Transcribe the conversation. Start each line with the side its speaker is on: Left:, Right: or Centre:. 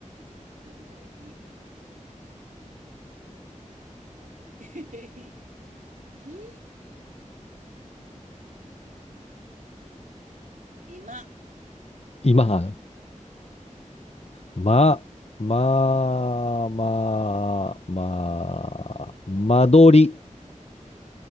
Right: なんだろう、いい、<laughs> いい、いい、今、
Left: 今、ま、まあ、まあ、まあ、間取り。